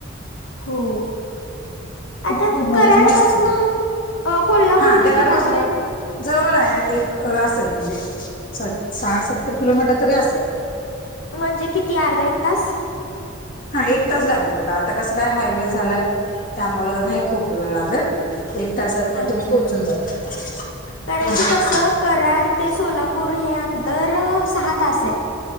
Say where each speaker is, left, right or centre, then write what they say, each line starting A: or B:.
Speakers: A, on the left; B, on the left.
A: हों आता
B: खूप म्हणजे
A: कराडपासनं
B: असं मस्त
A: कोल्हापूर
B: हा
A: किती
B: कराड
A: लांबयं?
B: पासून जवळ हाय एक असेल म्हणजे एक स साठ सत्तर किलोमीटर तरी असेल.
A: म्हणजे किती अर्धा एक तास?
B: हां एक तास लागेल बघा आता कसं काय हायवे झालाय. त्यामुळं नाही खूप वेळ लागत. एक तासातर
A: अच्छा
B: तुम्ही पोहचून जाता
A: कारण
B: <unintelligible>
A: की कसं कराड ते सोलापूर हे अंतर सहा तासयं.